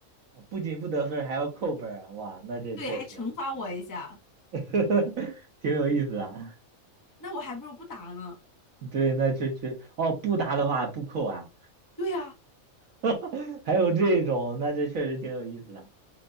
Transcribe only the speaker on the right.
啊，不仅不得分儿，还要扣分儿啊！哇，那这确实
<laughs> 挺有意思啊。
对，那确确哦，不答的话不扣啊，
<laughs> 还有这种，那这确实挺有意思的啊。